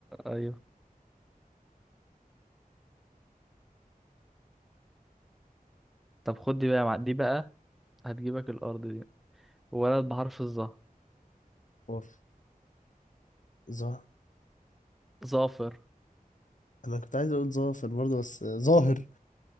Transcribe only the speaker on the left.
اوف ظاهر
أنا كنت عايز أقول ظافر برضه بس آه، ظاهر